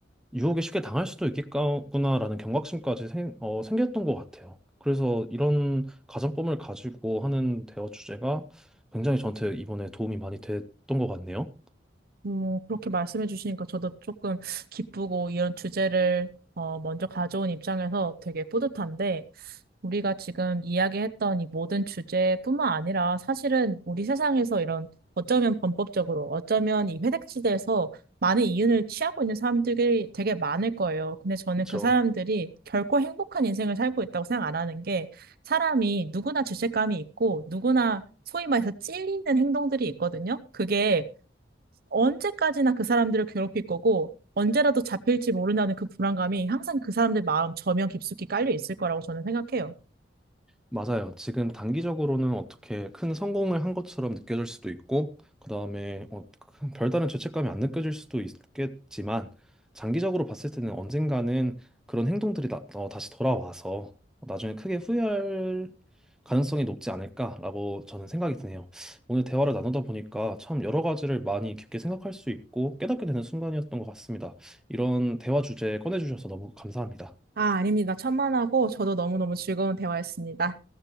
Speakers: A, in the centre; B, on the right.
A: 유혹에 쉽게 당할 수도 있겠구나라는 경각심까지 생, 어, 생겼던 것 같아요. 그래서 이런 가정법을 가지고 하는 대화 주제가 굉장히 저한테 이번에 도움이 많이 됐던 것 같네요.
B: 음, 그렇게 말씀해 주시니까 저도 조금 기쁘고 이런 주제를 어, 먼저 가져온 입장에서 되게 뿌듯한데 우리가 지금 이야기했던 이 모든 주제뿐만 아니라 사실은 우리 세상에서 이런 어쩌면 범법적으로 어쩌면 이 회색지대에서 많은 이윤을 취하고 있는 사람들이 되게 많을 거예요. 근데 저는
A: 그쵸?
B: 그 사람들이 결코 행복한 인생을 살고 있다고 생각 안 하는 게 사람이 누구나 죄책감이 있고 누구나 소위 말해서 찔리는 행동들이 있거든요. 그게 언제까지나 그 사람들을 괴롭힐 거고 언제라도 잡힐지 모른다는 그 불안감이 항상 그 사람들 마음 저면 깊숙이 깔려 있을 거라고 저는 생각해요.
A: 맞아요. 지금 단기적으로는 어떻게 큰 성공을 한 것처럼 느껴질 수도 있고, 그다음에 어, 큰 별다른 죄책감이 안 느껴질 수도 있겠지만, 장기적으로 봤을 때는 언젠가는 그런 행동들이 나, 어, 다시 돌아와서 나중에 크게 후회할 가능성이 높지 않을까라고 저는 생각이 드네요. 오늘 대화를 나누다 보니까 참 여러 가지를 많이 깊게 생각할 수 있고 깨닫게 되는 순간이었던 것 같습니다. 이런 대화 주제 꺼내주셔서 너무 감사합니다.
B: 아, 아닙니다. 천만하고 저도 너무너무 즐거운 대화였습니다.